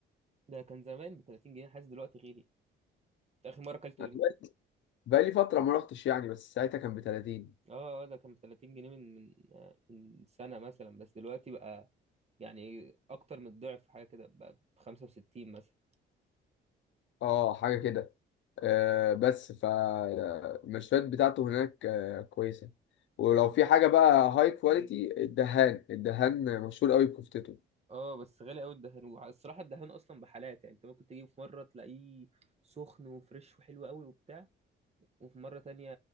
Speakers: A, on the right; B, on the left.
A: ده كان زمان ب 30 جنيه حاسس دلوقتي غالي أنت آخر مرة أكلته
B: أنا
A: إمتى؟
B: بقالي بقالي فترة ما رحتش يعني بس ساعتها كان ب 30
A: آه آه، ده كان ب 30 جنيه من من آه، من سنة مثلا بس دلوقتي بقى يعني اكتر من الضعف حاجه كده ب 65 مثلا
B: اه حاجة كده آه بس ف آه، المشفيات بتاعته هناك آه كويسة ولو في حاجة بقى هاي كواليتي الدهان الدهان مشهور قوي بكفتته
A: اه بس غالي قوي الدهان والصراحه الدهان اصلا بحالات يعني انت ممكن تجيب في مره تلاقيه سخن وفريش وحلو قوي وبتاع وفي مره تانية